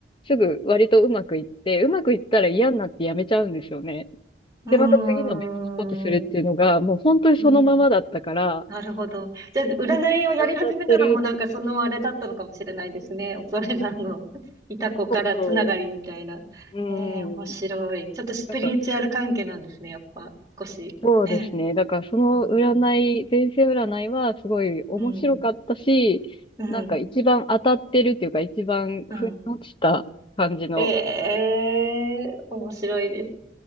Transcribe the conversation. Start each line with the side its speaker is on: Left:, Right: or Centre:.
Left: すぐ割とうまくいって、うまくいったら嫌になってやめちゃうんですよね。
Right: うーん。
Left: で、また次の別のことするっていうのがもう本当にそのままだったから、
Right: うん。なるほど。じゃあ、占いをやり始めたのもなんかそのあれだったのかもしれないですね。
Left: 当たってると思う。
Right: 恐れさんの <laughs> いた子からつながりみたいな。
Left: そう。うん。
Right: ええ、面白い。ちょっとスピリチュアル関係なんですね、
Left: だから、
Right: やっぱ。少し。
Left: そうですね。
Right: ね。
Left: だからその占い、
Right: うん。
Left: 前世占いはすごい面白かったし、
Right: うん。うん。
Left: なんか一番当たってるっていうか一番腑に落ちた感じの
Right: うん。ええ、面白いです。